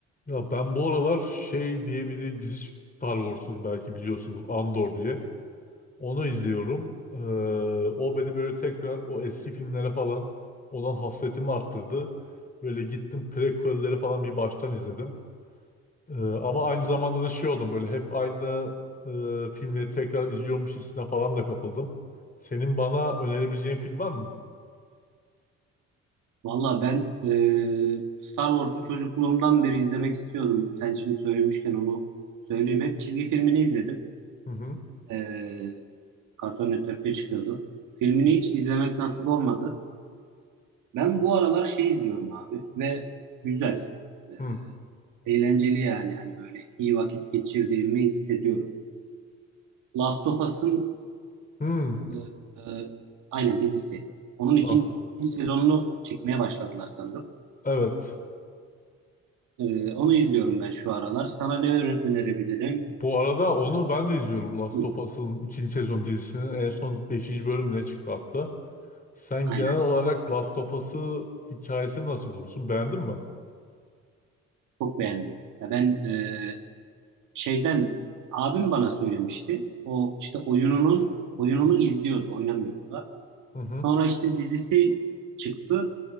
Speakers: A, on the left (about 30°); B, on the right (about 85°).
A: Ya ben bu aralar şey diye bir de dizi çıktı Star Wars'un belki biliyorsundur Andor diye. Onu izliyorum. Ee, o beni böyle tekrar o eski filmlere falan olan hasretimi arttırdı. Böyle gittim prequel'leri falan bir baştan izledim. Ee, ama aynı zamanda
B: Hmm.
A: da şey oldum böyle hep aynı e, filmleri tekrar izliyormuş hissine falan da kapıldım. Senin bana önerebileceğin film var mı?
B: Valla ben e, Star Wars'u çocukluğumdan beri izlemek istiyordum. Sen şimdi söylemişken onu söyleyeyim. Hep çizgi filmini izledim.
A: Hı hı.
B: E, Cartoon Network'te çıkıyordu. Filmini hiç izlemek nasip olmadı. Ben bu aralar şey izliyorum abi ve güzel. E,
A: Hı
B: eğlenceli yani. Hani böyle iyi vakit geçirdiğimi hissediyorum. Last of Us'ın
A: hı. hı.
B: e, e, aynen dizisi. Onun ikinci
A: Ah
B: sezonunu çekmeye başladılar sanırım.
A: evet.
B: Ee, onu izliyorum ben şu aralar. Sana ne öne- önerebilirim?
A: Bu arada onu ben de izliyorum Last
B: Hı,
A: of Us'ın ikinci sezon dizisinin en son 5. bölümüne çıktı hatta. Sen
B: aynen.
A: genel olarak Last of Us'ı hikayesini nasıl bulursun? Beğendin mi?
B: Çok beğendim. Ya ben e, şeyden abim bana söylemişti. O işte oyununun oyununu izliyordu, oynamıyordu da.
A: Hı hı.
B: Sonra işte dizisi çıktı.